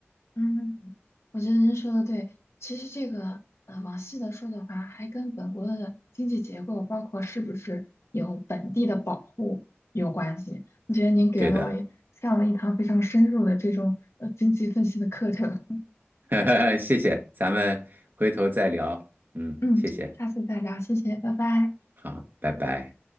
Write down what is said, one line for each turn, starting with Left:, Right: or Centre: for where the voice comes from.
Left: 嗯，我觉得您说的对。其实这个，呃，往细的说的话，还跟本国的经济结构，包括是不是有本地的保护有关系。我觉得您给了我一上了一堂非常深入的这种呃经济分析的课程。
Right: 对的，
Left: <laughs>
Right: <laughs> 谢谢，咱们回头再聊。嗯，
Left: 嗯，
Right: 谢谢，
Left: 下次再聊，谢谢，拜拜。
Right: 好，拜拜。